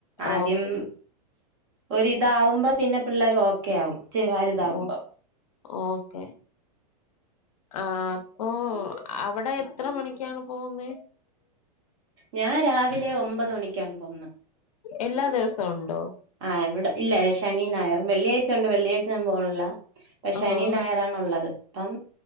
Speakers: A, on the right; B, on the left.
A: ആദ്യം
B: ഓക്കെ
A: ഒരിതാവുമ്പോ പിന്നെ പിള്ളേർ ഓക്കെ ആവും ഇച്ചിര വലുതാവുമ്പോ
B: ഓ ഓക്കെ ആ അപ്പൊ അവിടെ എത്ര മണിക്കാണ് പോകുന്നത്
A: ഞാൻ രാവിലെ ഒമ്പത് മണിക്കാണ് പോകുന്നത്
B: എല്ലാ ദിവസവും ഉണ്ടോ
A: ആഹ് ഇവിടെ ഇല്ല ശനി ഞായറും വെള്ളിയാഴ്ച ഉണ്ട് വെള്ളിയാഴ്ച ഞാൻ പോണില്ല പക്ഷ ശനി
B: ആഹ്
A: ഞായറണുള്ളത് അപ്പം